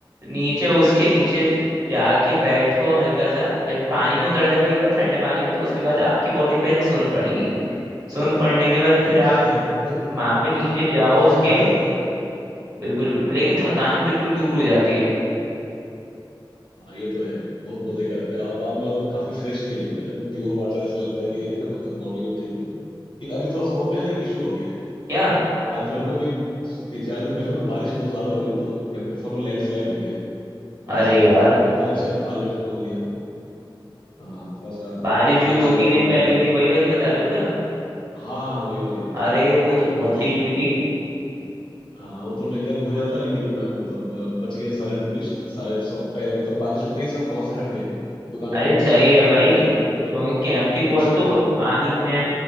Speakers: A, on the right; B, on the left.
A: नीचे उसके नीचे
B: हाँ
A: जाके बैठो हल्का सा जब पानी में उतर जाओ एक बार ठंडे
B: हाँ
A: पानी में तो उसके बाद आपकी बॉडी पहले सोन पड़ेगी सोन पड़ने के बाद
B: सही
A: फिर
B: बात
A: आप
B: है <laughs>
A: वहां पे नीचे जाओ
B: बहुत
A: उसके
B: ठंड रहता है भाई
A: बिल्कुल
B: हम्म
A: बिल्कुल
B: हम्म।
A: लेकिन थकान बिल्कुल दूर हो जाती है
B: हाँ ये तो है बहुत मजे का रहता है आप बाद में आओ तो काफी फ्रेश फील होता है एकदम प्योर वाटर ऐसा लगता है कि <laughs> मतलब बॉडी को ठीक कर दिया लेकिन अभी थोड़ा सा वहाँ पे ना एक इशू हो गया है
A: क्या
B: हाल फिलहाल में अभी तीन चार दिन पहले ना बारिश बहुत ज्यादा हुई तो कैंपटी फॉल में लैंडस्लाइड हो गया है
A: अरे
B: रास्ते
A: यार
B: बंद हो गए अब पता नहीं शायद आज आज खोल दिया हो हाँ थोड़ा सा
A: बारिश जो
B: टूरिस्ट
A: दो
B: वगैरह
A: तीन दिन
B: रोक
A: पहले
B: दिया गया
A: हुई थी वही वाली बता रहे हो क्या
B: हाँ हाँ हाँ, वही वाली जी जी
A: अरे वो तो बहुत
B: वो तो
A: तेज हुई थी
B: हाँ वो तो डेंजर भी हो जाता लेकिन अ, मतलब अ, बच गए सारे टूरिस्ट सारे सब पे मतलब बारिश होते ही सब वहां से हट गए दुकान वकान
A: अरे
B: में
A: सही
B: शिफ्ट
A: है
B: हो गए
A: भाई
B: तो ज्यादा
A: क्योंकि
B: मतलब
A: कैंपटी फॉल्स
B: लॉस नहीं
A: तो खुद
B: हुआ <laughs>
A: पानी में है।